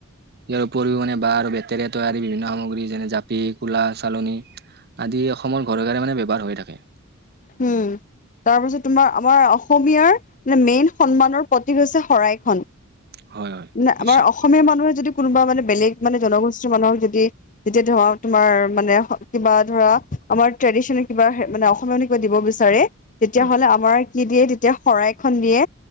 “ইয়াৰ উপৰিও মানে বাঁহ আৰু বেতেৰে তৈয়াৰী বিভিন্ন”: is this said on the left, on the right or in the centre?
Right